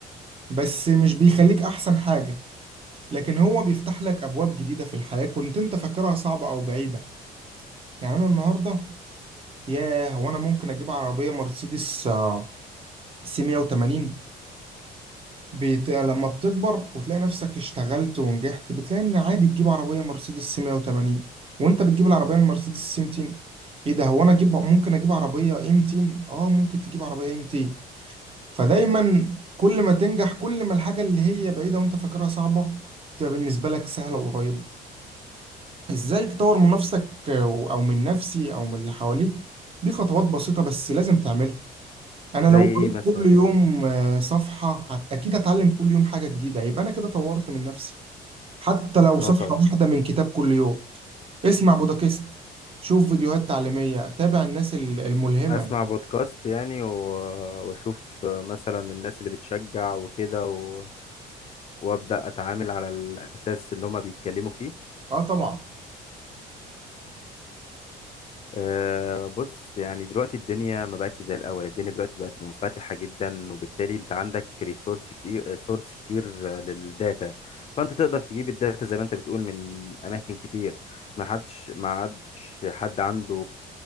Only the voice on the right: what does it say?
بس مش بيخليك احسن حاجة لكن هو بيفتح لك ابواب جديدة في الحياة كنت انت فاكرها صعبة او بعيدة يعني انا النهارده ياه هو انا ممكن اجيب عربيه مرسيدس آه، سي 180 بت... لما بتكبر وتلاقي نفسك اشتغلت ونجحت بتلاقي ان عادي تجيب عربيه مرسيدس سي 180 وانت بتجيب العربيه المرسيدس سي 200 ايه ده هو انا اجيب ممكن اجيب عربيه اي 200 اه ممكن تجيب عربيه اي 200 فدايما كل ما تنجح كل ما الحاجه اللي هي بعيده وانت فاكرها صعبه بتبقى بالنسبه لك سهله وقريبه ازاي تطور من نفسك او أو من نفسي او من اللي حواليك دي خطوات بسيطة بس لازم تعملها انا
لو
قريت
كل يوم
آه، صفحة هت- اكيد هتعلم كل يوم حاجة جديدة يبقى انا كده طورت من نفسي حتى لو صفحة
واحدة من كتاب كل يوم اسمع بودكاست شوف فيديوهات تعليمية اتابع الناس ال- الملهمة
يعني.
اه طبعا